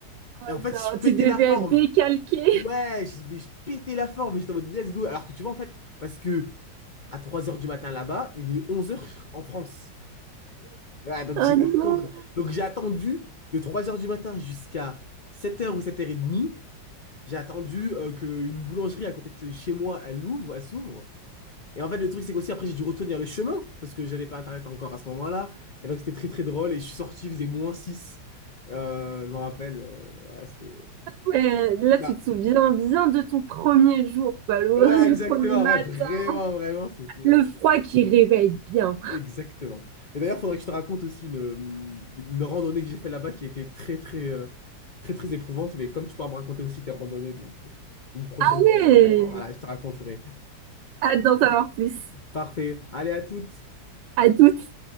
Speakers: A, on the right; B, on the left.
A: Oh
B: Et en fait,
A: non,
B: je
A: tu
B: pétais
A: devais
B: la forme.
A: être décalqué.
B: Ouais, je, mais je pétais la forme. et J'étais en mode let's go. Alors que tu vois, en fait, parce que à 3 heures du matin là-bas, il est 11 heures en France. Ouais, donc
A: Oh
B: j'étais
A: non!
B: compl- Donc j'ai attendu de 3 heures du matin jusqu'à sept heures ou 7h30 J'ai attendu euh, qu'une boulangerie à côté de chez moi, elle l'ouvre, elle s'ouvre. Et en fait, le truc, c'est qu'aussi, après, j'ai dû retenir le chemin parce que j'avais pas Internet encore à ce moment-là. Et donc, c'était très, très drôle. Et je suis sorti, il faisait moins 6, Euh, je me rappelle. euh, voilà, c'était. euh,
A: Ouais, là,
B: Bah,
A: tu te souviens bien de ton premier jour, quoi, le,
B: ouais,
A: <laughs>
B: exactement.
A: le premier matin.
B: Ouais, vraiment, vraiment. C'était. euh,
A: Le froid qui réveille bien.
B: exactement. Et d'ailleurs, faudrait que je te raconte aussi une, euh, une randonnée que j'ai fait là-bas qui était très, très, euh, très, très éprouvante. Mais comme tu pourras me raconter aussi tes randonnées, donc euh, une prochaine
A: Ouais.
B: fois, euh, voilà, je te raconterai.
A: Hâte d'en savoir plus.
B: Parfait. Allez, à toutes.
A: À toutes.